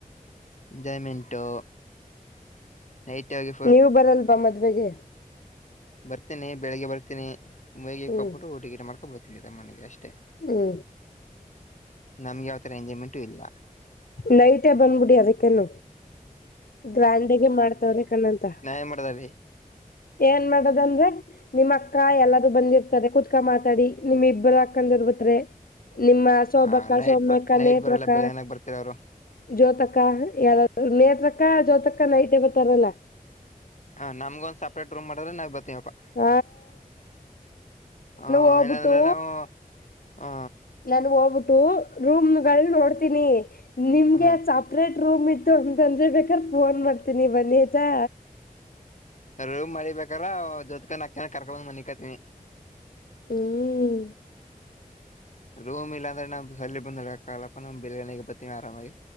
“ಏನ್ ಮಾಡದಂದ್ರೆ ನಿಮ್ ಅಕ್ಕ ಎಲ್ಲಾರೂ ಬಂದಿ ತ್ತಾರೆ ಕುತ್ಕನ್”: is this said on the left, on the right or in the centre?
Left